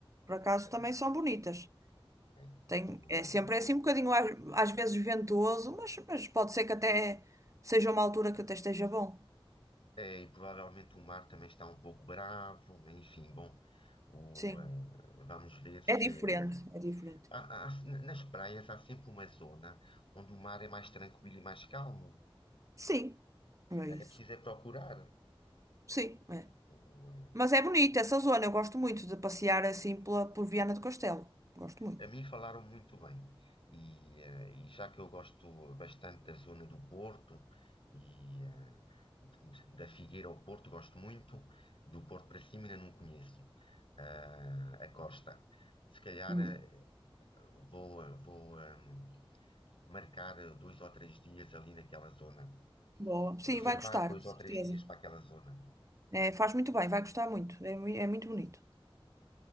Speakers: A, on the right; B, on the left.
A: Por acaso
B: É,
A: também são bonitas.
B: é.
A: Tem,
B: O-
A: é sempre é assim um bocadinho às, às vezes ventoso, mas, mas pode ser que até seja uma altura que até esteja bom.
B: é, é, e provavelmente o mar também está um pouco bravo, mas enfim, bom, o,
A: Sim,
B: eh, vamos ver se.
A: é diferente,
B: eh,
A: é diferente.
B: há- há- nas praias há sempre uma zona onde o mar é mais tranquilo e mais calmo.
A: Sim, é
B: É
A: isso.
B: preciso é procurar.
A: Sim, é.
B: O, eh,
A: Mas é bonita essa zona, eu gosto muito de passear assim pela, por Viana do Castelo. Gosto muito.
B: A mim falaram muito bem. E, eh, e já que eu gosto bastante da zona do Porto e eh, de- da Figueira ao Porto, gosto muito. Do Porto para cima ainda não conheço ah, a costa. Se calhar
A: Uhum.
B: eh, vou, vou ehm, marcar dois ou três dias ali naquela zona.
A: Boa. Sim,
B: Reservar
A: vai gostar,
B: dois
A: de
B: ou
A: certeza.
B: três dias para aquela zona.
A: É, faz muito bem, vai gostar muito. É, mui- é muito bonito.